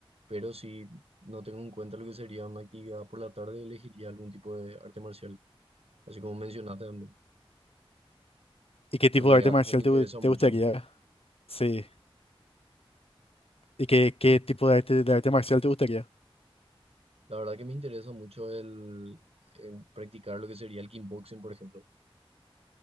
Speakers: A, on the right; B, on the left.
A: pero si no tengo en cuenta lo que sería una actividad por la tarde, elegiría algún tipo de arte marcial, así como mencionaste también,
B: ¿Y qué
A: porque
B: tipo de arte
A: es algo
B: marcial
A: que me
B: te,
A: interesa
B: gu-
A: mucho.
B: te gustaría? Sí. ¿Y qué, qué tipo de arte, de arte marcial te gustaría?
A: La verdad que me interesa mucho el, el practicar lo que sería el kickboxing, por ejemplo.